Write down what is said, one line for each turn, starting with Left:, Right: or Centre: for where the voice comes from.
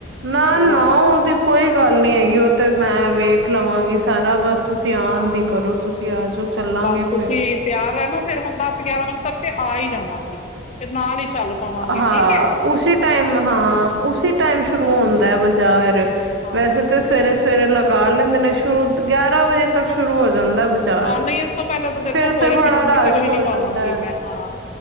Right: ਨਾ-ਨਾ
Left: ਇਹ ਹੋ ਜਾਂਦਾ।
Right: ਉਹਦੀ ਕੋਈ ਗੱਲ ਨੀ ਹੈਗੀ, ਉਹ ਤੇ ਮੈਂ ਵੇਖ ਲਵਾਂਗੀ ਸਾਰਾ ਬਸ ਤੁਸੀਂ ਆਣ
Left: ਹਾਂ।
Right: ਦੀ ਕਰੋ, ਤੁਸੀਂ ਆ ਜਾਓ ਚੱਲਾਂਗੇ
Left: ਬਸ ਤੁਸੀਂ
Right: ਫਿਰ
Left: ਤਿਆਰ ਰਹਿਣਾ ਫੇਰ ਮੈਂ ਦਸ-ਗਿਆਰਾਂ ਵਜੇ ਤੱਕ ਤੇ ਆ ਹੀ ਜਾਵਾਂਗੀ, ਤੇ ਨਾਲ ਹੀ ਚੱਲ ਪਾਵਾਂਗੇ
Right: ਹਾਂ,
Left: ਠੀਕ ਏ
Right: ਉਸੀ ਟਾਈਮ ਹਾਂ, ਉਸੀ ਟਾਈਮ ਸ਼ੁਰੂ ਹੁੰਦਾ ਬਾਜ਼ਾਰ।
Left: ਹਾਂ।
Right: ਵੈਸੇ ਤਾਂ ਸਵੇਰੇ-ਸਵੇਰੇ ਲਗਾ ਲੈਂਦੇ ਨੇ, ਸ਼ੁਰੂ ਗਿਆਰਾਂ ਵਜੇ ਤੱਕ ਸ਼ੁਰੂ ਹੋ ਜਾਂਦਾ ਬ ਜਾਰ
Left: ਹਾਂ ਨਹੀਂ ਇਸ ਤੋਂ ਪਹਿਲਾਂ ਤਾਂ ਦੇਖੋ
Right: ਫਿਰ ਤੇ
Left: ਕੋਈ
Right: ਬੜਾ
Left: ਵੀ ਨਿਕਲ
Right: ਰਸ਼
Left: ਵੀ
Right: ਹੋ
Left: ਨੀ
Right: ਜਾਂਦਾ।
Left: ਪਾਵਾਂਗੀ ਮੈਂ ਹਾਂ